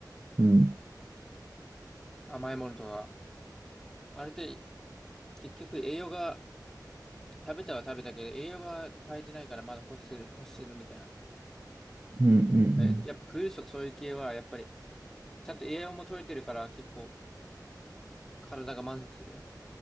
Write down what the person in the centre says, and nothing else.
甘いものとか。あれで、結局栄養が食べたは食べたけど、栄養が足りてないからまだ欲する、欲してるみたいな。
えやっぱフルーツとかそういう系は、やっぱり、ちゃんと栄養も取れてるから結構体が満足する。